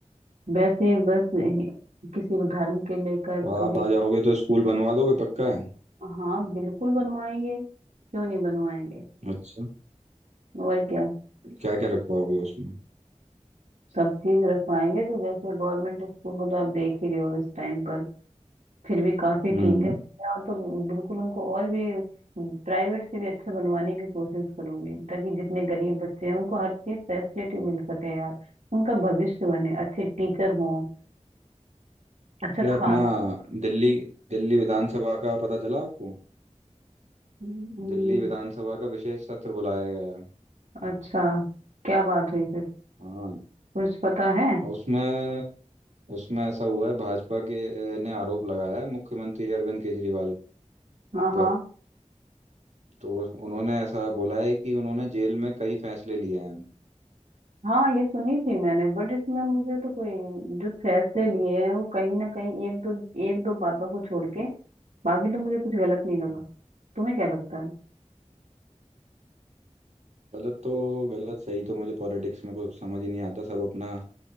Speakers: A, on the right; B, on the right.
A: वैसे बस यही- किसी को धर्म के लेकर
B: तो
A: कभी
B: आप आ जाओगे तो स्कूल बनवा दोगे पक्का है
A: हाँ बिल्कुल बनवाएंगे क्यों नहीं बनवाएंगे
B: अच्छा
A: और क्या
B: क्या क्या रखवाओगे उसमें
A: सब चीज रखवाएंगे जो जैसे गवर्नमेंट स्कूल को तो आप देख ही रहे हो इस टाइम पर फिर भी काफी
B: हम्म
A: ठीक है और तो बिल्कुल उनको और भी हम्म, प्राइवेट से भी अच्छे बनवाने की कोशिश करूंगी ताकि जितने गरीब बच्चे हैं उनको हर चीज फैसिलिटी मिल सके यार उनका भविष्य बने अच्छे टीचर हों अच्छा
B: अरे
A: खाना
B: अपना दिल्ली दिल्ली विधानसभा का पता चला आपको
A: हम्म,
B: दिल्ली विधानसभा का विशेष सत्र बुलाया गया है
A: अच्छा क्या बात हुई फिर
B: हाँ
A: कुछ पता है
B: और उसमें उसमें ऐसा हुआ है भाजपा के ने आरोप लगाया है मुख्यमंत्री अरविंद केजरीवाल
A: हाँ
B: पर
A: हाँ
B: तो उन्होंने ऐसा बोला है कि उन्होंने जेल में कई फैसले लिए हैं
A: हाँ ये सुनी थी मैंने बट इसमें मुझे तो कोई जो फैसले लिए हैं वो कहीं ना कहीं एक दो एक दो बातों को छोड़ के बाकी तो मुझे कुछ गलत नहीं लगा
B: हम्म।
A: तुम्हें क्या लगता है
B: गलत तो गलत सही तो मुझे पॉलिटिक्स में कुछ समझ ही नहीं आता सब अपना